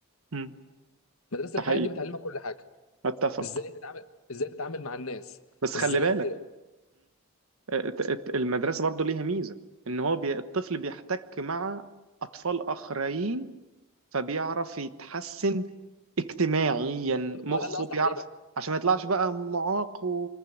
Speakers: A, on the right; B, on the left.
A: مم.
B: مدرسه
A: ده
B: الحياه
A: حقيقي
B: دي بتعلمك كل حاجه
A: اتفق
B: ازاي تتعامل ازاي تتعامل مع الناس
A: بس خلي
B: ازاي
A: بالك
B: ت...
A: الت- الت- المدرسة برضو ليها ميزة ان هو بي... الطفل بيحتك مع اطفال اخرين فبيعرف يتحسن اجتماعيا مخه
B: ما ده اللي قصدي
A: بيعرف
B: عليه بقى
A: عشان ما يطلعش بقى معاق و...